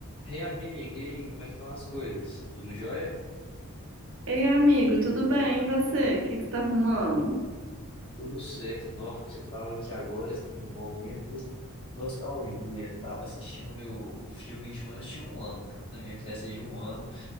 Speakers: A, on the left; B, on the right.
A: Ei, amiga, e aí, como é que estão as coisas? Tudo jóia?
B: Ei, amigo, tudo bem? E você? O que que você tá arrumando?
A: Tudo certo. Nossa, eu tava aqui agora, assim, momento nostalgia. Tava assistindo o meu filme de quando eu tinha um ano, na minha festa de um ano.